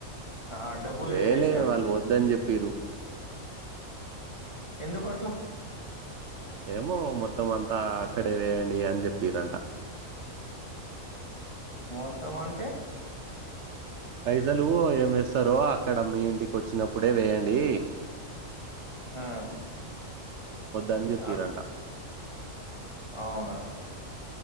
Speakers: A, on the left (about 20°); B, on the right (about 65°).
A: ఆహా, డబ్బులు
B: వేయలే
A: ఎంత వేశారు
B: వాళ్ళు వద్దని చెప్పిరు
A: ఎందుకు అట్లా
B: ఏమో మొత్తం అంతా అక్కడే వేయండి అని చెప్పిరంట
A: మొత్తం అంటే
B: పైసలు ఏమి వేస్తారో అక్కడ మీ ఇంటికి వచ్చినప్పుడే వేయండీ
A: ఆ,
B: అని చెప్పిరంట
A: అక్ అవునా